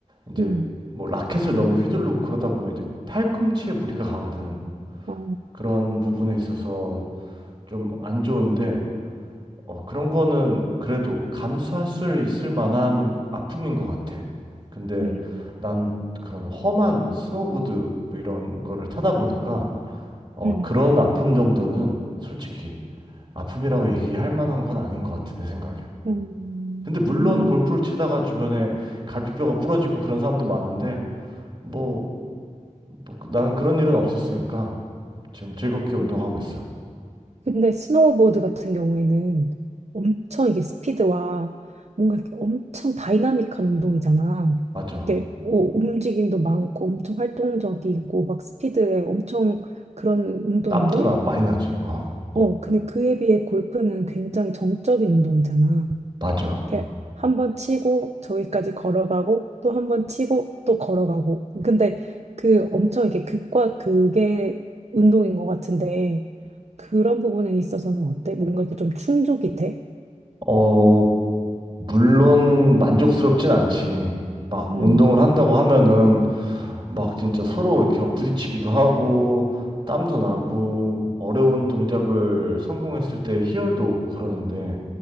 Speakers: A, on the right (about 35°); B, on the right (about 60°).
A: 이제,
B: 음.
A: 뭐, 라켓을 너무 휘두르고 그러다 보면 이제 팔꿈치에 무리가 가거든.
B: 아,
A: 그런 부분에 있어서 좀 안 좋은데, 어, 그런 거는 그래도 감수할 수 있을 만한 아픔인 것 같아. 근데
B: 음.
A: 난 그런 험한 스노우보드 뭐 이런 거를 타다 보니까 어,
B: 음.
A: 그런 아픔 정도는 솔직히 아픔이라고 얘기할 만한 건 아닌 것 같아, 내 생각엔.
B: 음.
A: 근데 물론 골프를 치다가 주변에 갈비뼈가 부러지고 그런 사람도 많은데 뭐, 뭐 그- 나는 그런 일은 없었으니까 지금 즐겁게 운동하고 있어.
B: 근데 스노우보드 같은 경우에는 엄청 이게 스피드와 뭔가 이렇게 엄청 다이나믹한 운동이잖아.
A: 맞아.
B: 이렇게 뭐 움직임도 많고 엄청 활동적이고 막 스피드에 엄청 그런 운동인데,
A: 땀도 나 많이 나지. 어,
B: 어, 근데 그에 비해 골프는 굉장히 정적인 운동이잖아.
A: 맞아.
B: 이렇게 한 번 치고 저기까지 걸어가고 또 한 번 치고 또 걸어가고. 근데 그 엄청 이렇게 극과 극의 운동인 것 같은데 그런 부분에 있어서는 어때? 뭔가 이렇게 좀 충족이 돼?
A: 어, 물론 만족스럽진 않지. 막
B: 음,
A: 운동을 한다고 하면은 막 진짜 서로 이렇게 막 부딪히기도 하고 땀도 나고 어려운 동작을 성공했을 때 희열도 오고 그러는데